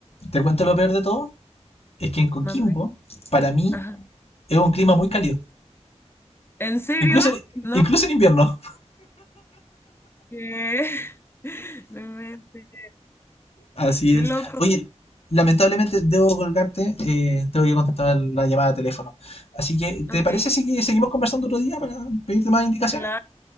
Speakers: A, on the left; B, on the left.
A: Te cuento lo peor de todo, es que en Coquimbo,
B: ¿Mande?
A: para mí,
B: Ajá.
A: es un clima muy cálido.
B: ¿En serio?
A: Incluso,
B: No,
A: incluso en invierno.
B: que... <laughs> No inventes.
A: Así
B: Qué
A: es.
B: loco.
A: Oye, lamentablemente debo colgarte, eh, tengo que contestar la llamada de teléfono. Así que, ¿te
B: Ok,
A: parece si seguimos conversando otro día para pedirte más indicaciones?
B: claro,